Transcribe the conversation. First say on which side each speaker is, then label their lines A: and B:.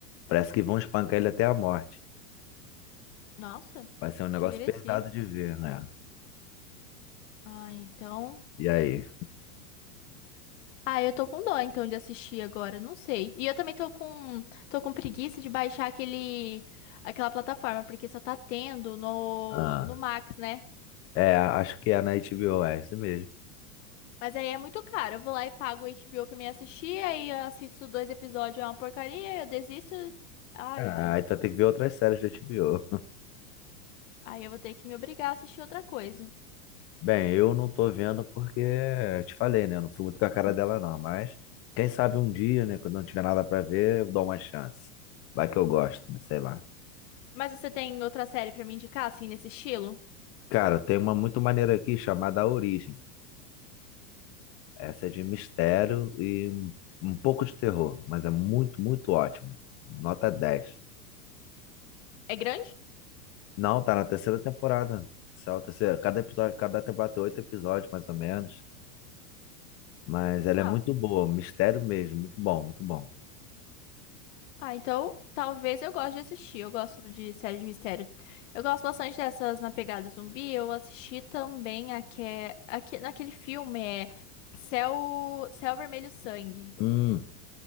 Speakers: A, on the left (about 30°); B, on the left (about 55°).
A: Parece que vão espancar ele até a morte.
B: Nossa,
A: Vai ser um negócio
B: que agressivo.
A: pesado de ver, né?
B: Ah, então.
A: E aí?
B: Ah, eu tô com dó então de assistir agora, não sei. E eu também tô com tô com preguiça de baixar aquele aquela plataforma, porque só tá tendo no
A: Ah,
B: no Max, né?
A: é, acho que é na HBO, é isso mesmo.
B: Mas aí é muito caro. Eu vou lá e pago o HBO pra me assistir, aí eu assisto dois episódios, é uma porcaria, eu desisto. Ai,
A: Ah,
B: ai.
A: então tem que ver outras séries da HBO.
B: Aí eu vou ter que me obrigar a assistir outra coisa.
A: Bem, eu não tô vendo porque te falei, né? Eu não fui muito com a cara dela, não. Mas quem sabe um dia, né? Quando não tiver nada pra ver, eu dou uma chance. Vai que eu gosto, né? Sei lá.
B: Mas você tem outra série pra me indicar assim nesse estilo?
A: Cara, tem uma muito maneira aqui chamada A Origem. Essa é de mistério e um um pouco de terror, mas é muito, muito ótimo. Nota dez
B: É grande?
A: Não, tá na terceira temporada. Essa é a terceira. Cada episódio, cada temporada tem oito episódios, mais ou menos. Mas ela
B: Ah.
A: é muito boa, mistério mesmo, muito bom, muito bom.
B: Ah, então talvez eu goste de assistir. Eu gosto de série de mistério. Eu gosto bastante dessas na pegada zumbi. Eu assisti também aque... aque... naquele filme é Céu... Céu Vermelho Sangue.
A: Hum.